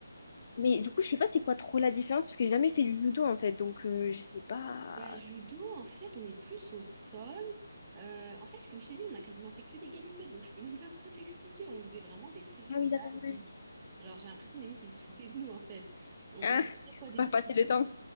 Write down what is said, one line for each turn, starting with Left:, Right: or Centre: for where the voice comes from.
Left: Mais du coup, je sais pas c'est quoi trop la différence parce que j'ai jamais fait du judo en fait. Donc, euh, je sais pas.
Right: Bah, judo, en fait, on est plus au sol. Euh, en fait, comme je t'ai dit, on a quasiment fait que des galipettes, donc je peux même pas <laughs> trop t'expliquer. On faisait vraiment des trucs
Left: Ah
Right: basiques.
Left: oui, d'accord, ouais.
Right: Genre, j'ai l'impression, limite, ils se foutaient de nous, en fait. On,
Left: Ah,
Right: on faisait
Left: faut
Right: des fois des
Left: pas
Right: petits...
Left: passer le temps.